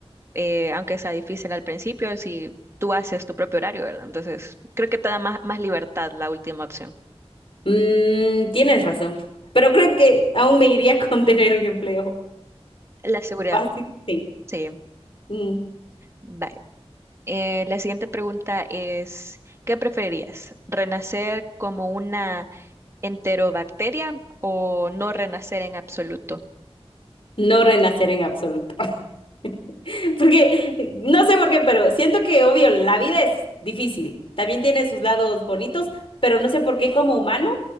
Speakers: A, on the right; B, on the left.
A: eh, aunque sea difícil al principio, si tú haces tu propio horario, ¿verdad? Entonces, creo que te da más, más libertad la última opción.
B: Mm, tienes razón, pero creo que aún me iría <laughs> con tener un empleo
A: La seguridad,
B: fácil, sí.
A: sí.
B: Mm,
A: Vale. Eh, la siguiente pregunta es, ¿qué preferirías? ¿Renacer como una enterobacteria o no renacer en absoluto?
B: No renacer en absoluto. <laughs> Porque, eh, no sé por qué, pero siento que, obvio, la vida es difícil. También tiene sus lados bonitos, pero no sé por qué como humano,